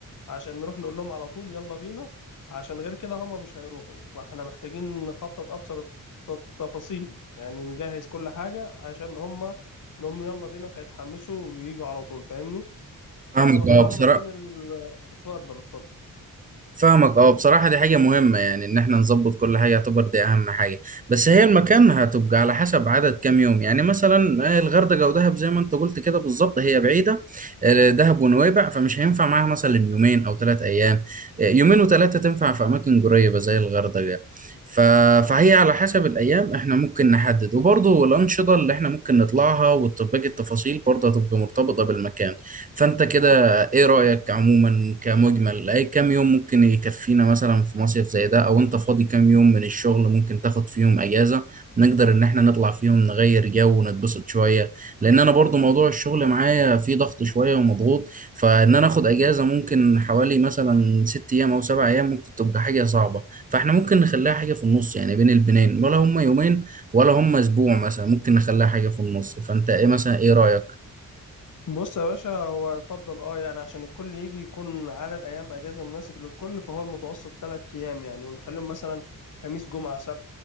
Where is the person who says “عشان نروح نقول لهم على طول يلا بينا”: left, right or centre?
Left